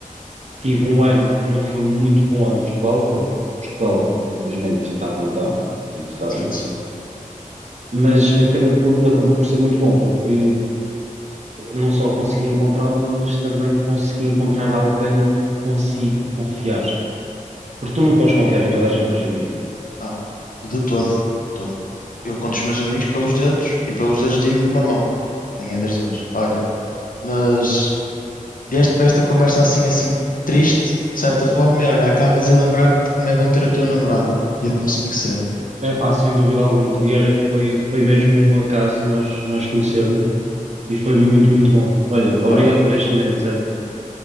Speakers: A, on the right; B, on the left.
A: Tive um ano que não foi muito bom em Portugal, porque Portugal, infelizmente, está como está, e tu sabes
B: Exato.
A: disso. Mas acabei por, acabou por ser muito bom, porque não só consegui encontrá-la, mas também consegui encontrar alguém que consigo confiar. Porque tu não podes confiar em toda a gente hoje em dia.
B: Não, de todo. de todo. Eu conto os meus amigos pelos dedos e pelos dedos digo de uma mão. Nem é das duas. Olha, mas vieste para esta conversa assim, assim, triste, de certa forma, e olha, acabas a lembrar-te de como é bom ter a tua namorada e de como se conheceram.
A: É pá, sem dúvida alguma. E olha que foi, foi mesmo um acaso nós, nós conhecermos e foi muito, muito bom. Olha, obrigado
B: Olha,
A: por este momento, certo?